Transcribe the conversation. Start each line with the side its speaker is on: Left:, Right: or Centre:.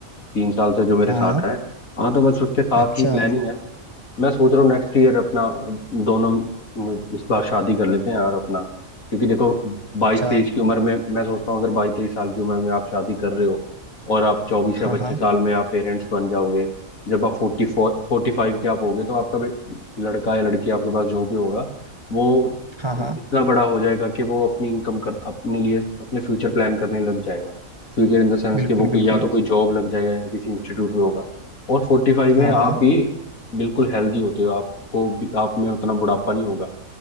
Left: तीन साल से जो मेरे
Right: हाँ
Left: साथ
Right: हाँ
Left: है हाँ तो बस उसके साथ
Right: अच्छा
Left: ही प्लानिंग है मैं सोच रहा हूँ नेक्स्ट ईयर अपना दोनों म, इस बार शादी कर लेते हैं और अपना क्योंकि देखो बाईस
Right: अच्छा
Left: तेईस की उम्र में मैं सोचता हूँ अगर बाईस तेईस साल की उम्र में आप शादी कर रहे हो और आप चौबीस
Right: हाँ
Left: या पच्चीस
Right: हाँ
Left: साल में आप पेरेंट्स बन जाओगे जब आप फोर्टी फोर फोर्टी फाइव के आप होगे तो आपका बे- लड़का या लड़की आपके पास जो भी होगा वो
Right: हाँ हाँ
Left: इतना बड़ा हो जाएगा कि वो अपनी इनकम कर अपने लिए अपने फ्यूचर प्लान करने लग जाएगा फ्यूचर इन द सेंस
Right: बिल्कुल
Left: कि वो कोई-
Right: बिल्कुल
Left: या तो कोई जॉब लग जाएगा या किसी इंस्टीट्यूट में होगा और फोर्टी फाइव
Right: हाँ
Left: में आप
Right: हाँ
Left: भी बिल्कुल हेल्दी होते हो आपको भी आप में उतना बुढ़ापा नहीं होगा